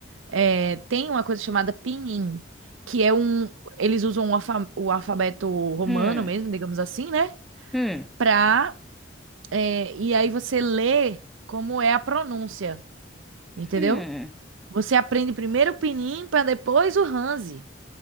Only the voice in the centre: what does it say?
Hum,
hum,
hum,